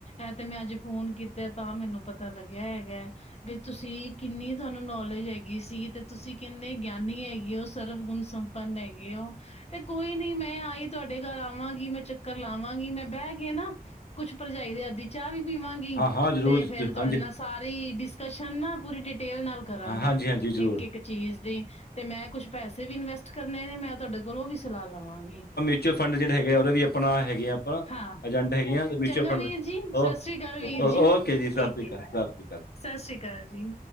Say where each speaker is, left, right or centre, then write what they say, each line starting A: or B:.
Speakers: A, on the left; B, on the left.
A: ਇਹ ਤੇ ਮੈਂ ਅੱਜ ਫੋਨ ਕੀਤਾ ਤਾਂ ਮੈਨੂੰ ਪਤਾ ਲੱਗਿਆ ਹੈਗਾ ਵੀ ਤੁਸੀਂ ਕਿੰਨੀ ਤੁਹਾਨੂੰ ਨੌਲੇਜ ਹੈਗੀ ਸੀ ਤੇ ਤੁਸੀਂ ਕਿੰਨੇ ਗਿਆਨੀ ਹੈਗੀ ਹੋ ਸਰਵਗੁਣ ਸੰ ਪ ਹੈਗੇ ਉਹ ਤੇ ਕੋਈ ਨੀ ਮੈਂ ਆਈ ਤੁਹਾਡੇ ਘਰ ਆਵਾਂਗੀ ਮੈਂ ਚੱਕਰ ਲਾਵਾਂਗੀ ਮੈਂ ਬਹਿ ਕੇ ਨਾ ਕੁਛ ਭਰਜਾਈ ਦੇ ਆਦ ਚਾਹ ਵੀ ਪੀਵਾਂਗੀ
B: ਹਾਂ-ਹਾਂ, ਜ਼ਰੂਰ
A: ਤੇ ਫੇਰ
B: ਜ
A: ਤੁਹਾਡੇ
B: ਹਾਂਜੀ,
A: ਨਾਲ ਸਾਰੀ ਡਿਸਕਸ਼ਨ ਨਾ ਪੂਰੀ ਡਿਟੇਲ ਨਾਲ ਕਰਾਂਗੇ
B: ਹਾਂਜੀ-ਹਾਂਜੀ, ਜ਼ਰੂਰ
A: ਇੱਕ ਇੱਕ ਚੀਜ਼ ਦੀ ਤੇ ਮੈਂ ਕੁਛ ਪੈਸੇ ਵੀ ਇਨਵੈਸਟ ਕਰਨੇ ਨੇ ਮੈਂ ਤੁਹਾਡੇ ਕੋਲੋਂ ਉਹ ਵੀ ਸਲਾਹ ਲਵਾਂਗੀ
B: ਮਚਅਲੰਡ ਜਿਹੜੇ ਹੈਗੇ ਉਹਦੇ ਵੀ ਆਪਣਾ ਹੈਗੇ ਆ
A: ਹਾਂ
B: ਏਜੰਟ ਹੈਗੀਆਂ ਤੇ ਮਿਊਚੁਅਲ
A: ਚੰਗਾ
B: ਫੰਡ
A: ਵੀਰ ਜੀ ਸਤਿ ਸ੍ਰੀ ਅਕਾਲ ਵੀਰ
B: ਓਕੇ ਜੀ ਸਤਿ
A: ਠੀਕ
B: ਸ਼੍ਰੀ
A: ਹੈ
B: ਅਕਾਲ ਸਤਿ ਸ਼੍ਰੀ ਅਕਾਲ ਜੀ
A: ਸਤਿ ਸ੍ਰੀ ਅਕਾਲ ਜੀ